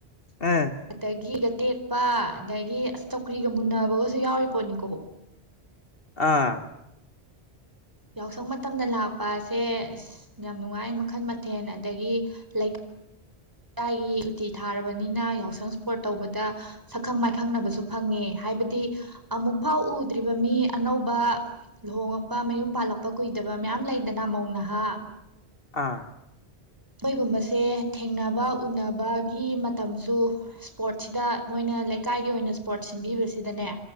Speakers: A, on the left (about 60°); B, on the right (about 20°).
A: ꯑꯥ
B: ꯑꯗꯒꯤ ꯒꯇꯦꯛꯄ ꯑꯗꯒꯤ ꯆꯧꯀ꯭ꯔꯤꯒ ꯃꯨꯟꯅꯕꯒꯁꯨ ꯌꯥꯎꯔꯤ ꯄꯣꯠꯅꯤꯀꯣ
A: ꯑꯥ
B: ꯌꯥꯎꯁꯪ ꯃꯇꯝꯗ ꯂꯥꯛꯄꯁꯦ ꯌꯥꯝ ꯅꯨꯡꯉꯥꯏ ꯃꯈꯜ ꯃꯊꯦꯜ ꯑꯗꯒꯤ ꯂꯩꯀꯥꯏ꯫ ꯂꯩꯥꯀꯥꯏꯒꯤ ꯁꯨꯇꯤ ꯊꯥꯔꯕꯅꯤꯅ ꯌꯥꯎꯁꯪ ꯏꯁꯄꯣꯔꯠ ꯇꯧꯕꯗ ꯁꯛꯈꯪ ꯃꯥꯏꯈꯪꯅꯕꯁꯨ ꯐꯪꯉꯦ ꯍꯥꯏꯕꯗꯤ ꯑꯃꯨꯛꯐꯥꯎ ꯎꯗ꯭ꯔꯤꯕ ꯃꯤ ꯑꯅꯧꯕ ꯂꯨꯍꯣꯡꯉꯛꯄ ꯃꯌꯨꯝ ꯄꯥꯜꯂꯛꯄ ꯀꯨꯏꯗꯕ ꯃꯌꯥꯝ ꯂꯩꯗꯅ ꯃꯧꯅꯥ ꯍꯥ
A: ꯑꯥ
B: ꯃꯣꯒꯨꯝꯕꯁꯦ ꯊꯦꯡꯅꯕ ꯎꯅꯕꯒꯤ ꯃꯇꯝꯁꯨ ꯏꯁꯄꯣꯔꯠꯁꯤꯗ ꯃꯣꯏꯅ ꯂꯩꯀꯥꯏꯒꯤ ꯑꯣꯏꯅ ꯏꯁꯄꯣꯔꯠ ꯁꯤꯟꯕꯤꯕꯁꯤꯗꯅꯦ